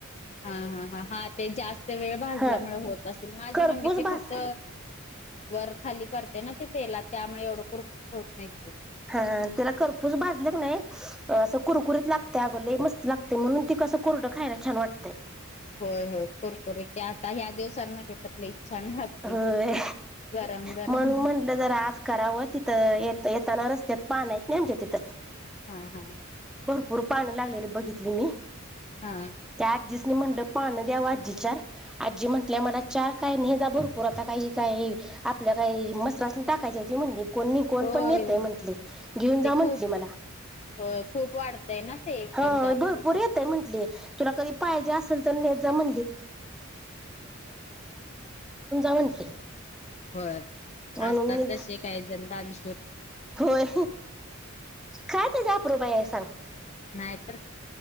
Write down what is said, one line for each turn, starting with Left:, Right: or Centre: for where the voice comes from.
Left: हा हा हा हा ते जास्त वेळ भाजल्यामुळे
Centre: हा
Left: होत अस. माझी
Centre: करपूस
Left: मम्मी ते
Centre: भाज
Left: फक्त. वर खाली करते ना ते तेला त्यामुळे एवढं कर होत नाही. ते.
Centre: हा त्याला खरपूच भाजले क नाही असं कुरकुरीत लागते अगो. लागते म्हणून ती कसं कोरडं खायला छान वाटतय.
Left: होय हो करकुरी ते आता ह्या दिवसांमध्ये. तर लई छान लागते.
Centre: होय.
Left: ते गरम गरम
Centre: म्हणून म्हंटलं जर आज करावं तिथं येताना रस्त्यात पान आहेतेत नाही आमच्या तिथं.
Left: हा हा.
Centre: पुर पान लागलेले बघितले मी
Left: हा.
Centre: त्यात दि. म्हटलं पान द्यावा आजी चार आजी म्हटल्या मला चार. काय ने जा भरपूर आता काही काही आपल्या काही मस असून टाकायच्या त म्हणे. कोणी कोण
Left: होय
Centre: पण येते म्हंटली घेऊन जा
Left: ते
Centre: म्हंटली
Left: खूप
Centre: मला.
Left: होय खूप वाढतय ना ते एकदम
Centre: हा
Left: जास्त
Centre: भरपूर
Left: येतात.
Centre: येतय म्हंटली. <unintelligible> जा म्हटली.
Left: हो
Centre: म्हणून
Left: असतात
Centre: मी
Left: तसे काही जणश.
Centre: होय काय ते जाप रु बा आहे सांग.
Left: नाही तर